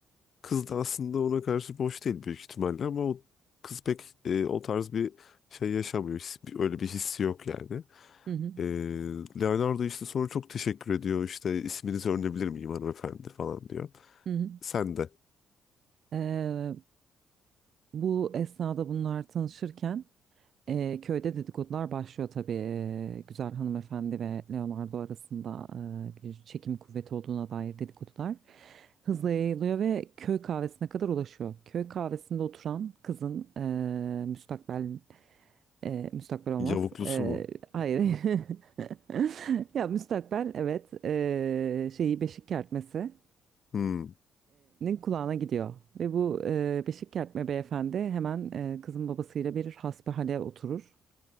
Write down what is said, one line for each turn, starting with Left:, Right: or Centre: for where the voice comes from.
Left: Kız da aslında ona karşı boş değil büyük ihtimalle ama o kız pek e, o tarz bir şey yaşamıyor. His- bir- Öyle bir hissi yok yani.
Right: Hı hı.
Left: E, Leonardo işte sonra çok teşekkür ediyor işte isminizi öğrenebilir miyim hanımefendi falan diyor.
Right: Hı hı.
Left: Sen de.
Right: Ee, bu esnada bunlar tanışırken e, köyde dedikodular başlıyor tabii. Ee, güzel hanımefendi ve Leonardo arasında e, bir çekim kuvveti olduğuna dair dedikodular hızla yayılıyor ve köy kahvesine kadar ulaşıyor. Köy kahvesinde oturan kızın e, müstakbel Ee, müstakbel olmaz.
Left: Yavuklusu
Right: Ee,
Left: mu?
Right: hayır. <laughs> Ya müstakbel evet ee, şeyi beşik kertmesinin
Left: Hmm.
Right: kulağına gidiyor. Ve bu ee, beşik kertme beyefendi hemen ee, kızın babasıyla bir hasbihale oturur.